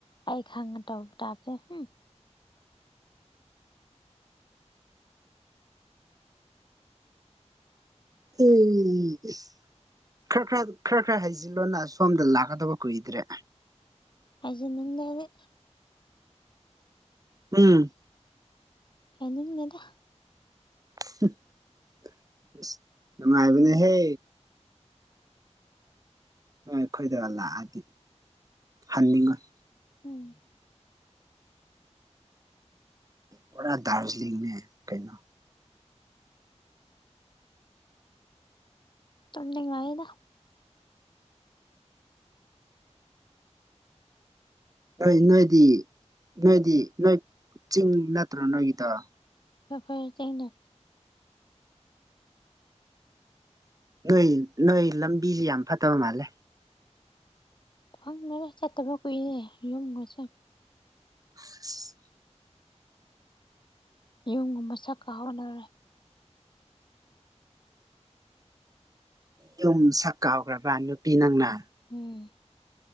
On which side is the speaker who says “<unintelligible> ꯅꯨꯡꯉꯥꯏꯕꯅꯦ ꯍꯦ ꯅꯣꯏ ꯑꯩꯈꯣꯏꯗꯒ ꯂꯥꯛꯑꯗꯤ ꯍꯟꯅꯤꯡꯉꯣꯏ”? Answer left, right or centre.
Right